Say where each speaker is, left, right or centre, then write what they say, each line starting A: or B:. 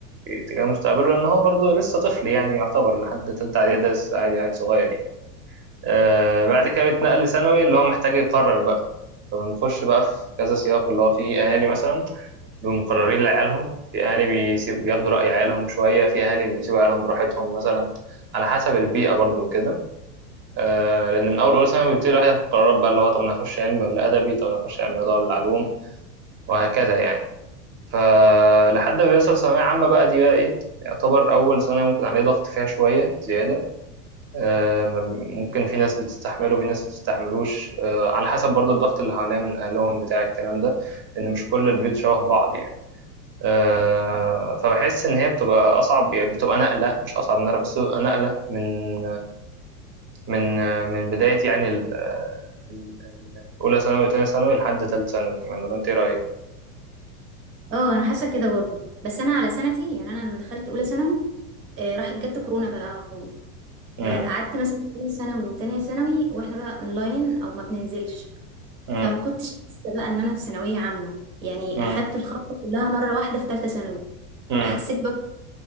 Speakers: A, on the right (about 25°); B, on the right (about 85°).
A: تجاه مستقبله لأن هو برضه لسه طفل يعني يعتبر لحد تالتة إعدادي ده لسه عادي عيل صغير يعني آه، بعد كده بيتنقل لثانوي اللي هو محتاج يقرر بقى فبنخش بقى في كذا سياق اللي هو فيه أهالي مثلا بمقررين لعيالهم في اهالي بيسيب بياخدوا رأي عيالهم شوية في اهالي بيسيبوا عيالهم براحتهم مثلا على حسب البيئة برضو وكده آه لان من اول اولى ثانوي بيبتدي الواحد ياخد قرارات بقى اللي هو طب انا هخش علم ولا ادبي طب انا هخش علم رياضة ولا علوم وهكذا يعني فلحد ما بيوصل ثانوية عامة بقى دي بقى ايه يعتبر اول سنة ممكن عليه ضغط فيها شوية زيادة آه، ما بي- ممكن في ناس بتستحمله وفي ناس بتستحملوش آه، على حسب برضو الضغط اللي حواليها من اهلهم بتاع الكلام ده لان مش كل البيوت شبه بعض يعني آه، فبحس ان هي بتبقى اصعب يعني بتبقى نقله مش اصعب من نقله بس بتبقى نقله من من من بدايه يعني ال- ال- ال- اولى ثانوي وتانية ثانوي لحد تالت ثانوي كمان ولا انت ايه رايك
B: اه انا حاسة كده برضو بس انا على سنتي يعني انا لما دخلت اولى ثانوي آه، راحت جت كورونا بقى على طول
A: امم
B: فقعدت مثلا اولى ثانوي وتانية ثانوي واحنا بقى اونلاين او ما بننزلش
A: امم
B: فما كنتش حاسه بقى ان انا في ثانويه عامه يعني
A: مم.
B: اخدت الخطوه كلها مره واحده في ثالثه ثانوي
A: امم
B: فحسيت برضه